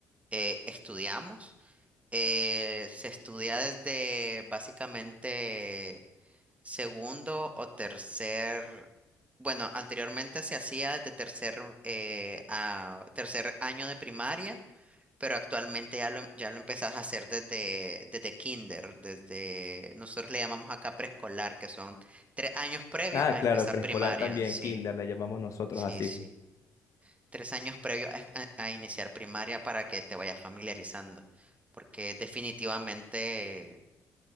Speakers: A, on the right; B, on the left.
A: eh, estudiamos. Eh, se estudia desde básicamente segundo o tercer, bueno, anteriormente se hacía desde tercer, eh, a tercer año de primaria, pero actualmente ya lo, em- ya lo empezás a hacer desde, desde kinder, desde, nosotros le llamamos acá preescolar, que son tres años previos
B: Ah,
A: a
B: claro,
A: empezar
B: preescolar
A: primaria,
B: también,
A: sí,
B: kinder, le llamamos nosotros
A: sí,
B: así.
A: sí. Tres años previos a, a- a iniciar primaria para que te vayas familiarizando, porque definitivamente